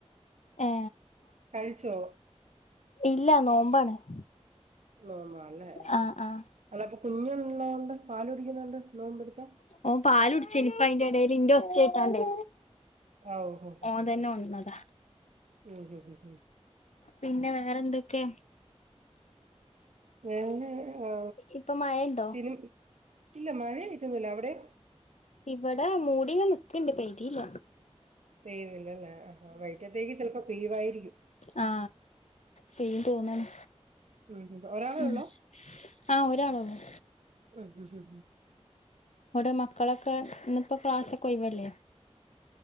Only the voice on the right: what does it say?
കഴിച്ചോ
നോമ്പാല്ലേ
അല്ലപ്പൊ കുഞ്ഞുള്ളോണ്ട് പാല് കുടിക്കുന്നോണ്ട്.. നോമ്പെടുത്താ
ആഹ് ഓഹോ ഹോ
ഹോ ഹോ ഹോ
ഉം ഉം ഉം ഉം
ഞാന്ന്. ആ
സിനി ഇല്ല മഴ യായിട്ടോന്നില്ല അവിടെ...
പെയ്തില്ലല്ലേ ഹാ വൈയ്ട്ടത്തേക്ക് ചെലപ്പോ പെയ്യുവായിരിക്കും...
ഉം ഉം ഒരാളെ
ഉള്ളോ
ഉം ഉം ഉം..